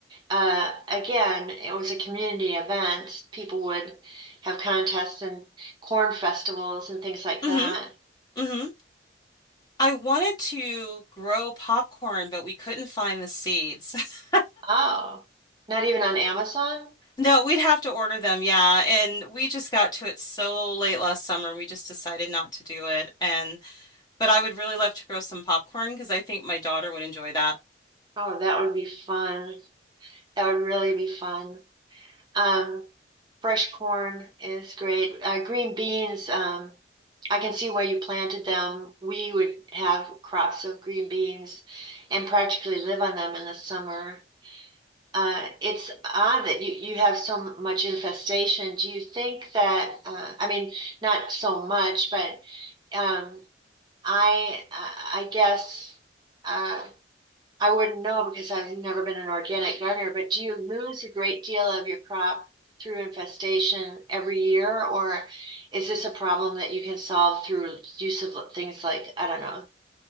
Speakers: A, on the right; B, on the left.
A: uh, again, it was a community event. People would have contests and corn festivals and things like
B: hmm
A: that.
B: hmm I wanted to grow popcorn, but we couldn't find the seeds. <laughs>
A: Oh, not even on Amazon?
B: No, we'd have to order them, yeah. And we just got to it so late last summer, we just decided not to do it. And but I would really love to grow some popcorn because I think my daughter would enjoy that.
A: Oh, that would be fun. That would really be fun. Um, fresh corn is great. Uh, green beans, um, I can see why you planted them. We would have crops of green beans and practically live on them in the summer. Uh, it's odd that you, you have so much infestation. Do you think that, uh, I mean, not so much, but um, I, I I guess. uh, I wouldn't know because I've never been an organic gardener, but do you lose a great deal of your crop through infestation every year, or is this a problem that you can solve through use of things like, I don't know,